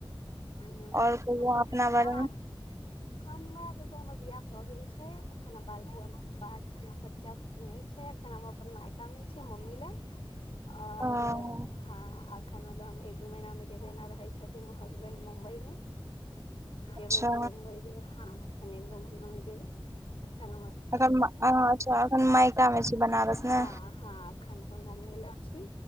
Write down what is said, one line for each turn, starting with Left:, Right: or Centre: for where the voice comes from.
Left: ह
Right: आओर कहियौ अहाँ
Left: तब
Right: अपना
Left: अहाँ
Right: <inaudible>
Left: हमरा देखू हमर बियाह भऽ गेल छै एखन बाल <unintelligible> बच्चा नै छै एखन हमर अपन मायका मे छी मम्मी लग आओर
Right: हँ
Left: ह एखन मतलब हम एक दू महीना मे जेबना रहै छथिन ओ हसबेंड मुम्बई मे जेबै
Right: अच्छा
Left: तऽ मुम्बइ जेबै हँन एखैन एक दो महीना मे जेबै एखैन
Right: एखन मैं स अच्छा एखन मायका मे छै बनारस
Left: हँ
Right: ने
Left: हँ अखैन अपन मम्मी लग छी